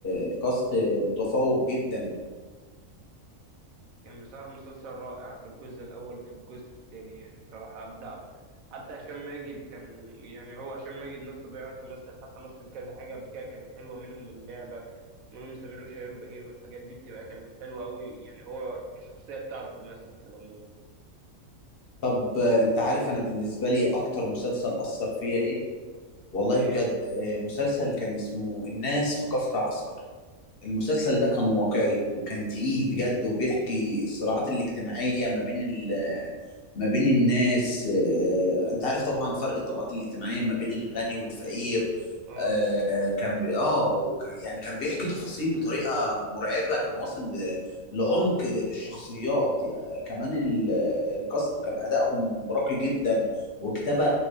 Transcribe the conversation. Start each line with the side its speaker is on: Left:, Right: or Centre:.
Left: الكاست متفوق جدا
Right: كان بصراحة مسلسل رائع في الجزء الأول وفي الجزء التاني يعني بصراحة أبدعوا حتى هشام ماجد كان يعني هو هشام ماجد نفسه بيعرف يمثل حتى مثل كذا حاجة قبل كده كانت حلوة منهم اللعبة ومنهم سمير وشهير وبهير والحاجات دي بتبقى كانت حلوة أوي يعني هو كشخصية بتعرف تمثل في العموم
Left: طب آه، انت عارف انا بالنسبه لي اكتر مسلسل اثر فيا ايه والله
Right: إيه
Left: بجد آه، مسلسل كان اسمه الناس في كفر عسكر المسلسل ده كان واقعي وكان تقيل بجد وبيحكي الصراعات الاجتماعية ما بين ال ما بين الناس آه، انت عارف طبعا فرق الطبقات الاجتماعية ما بين الغني والفقير
Right: أه
Left: آه،
Right: بالظبط
Left: كان بي... اه وك- يعني كان بيحكي تفاصيل بطريقة مرعبة كان واصل ل- لعمق الشخصيات يعني كمان ال- الكاست كان أدائهم راقي جدا وكتابة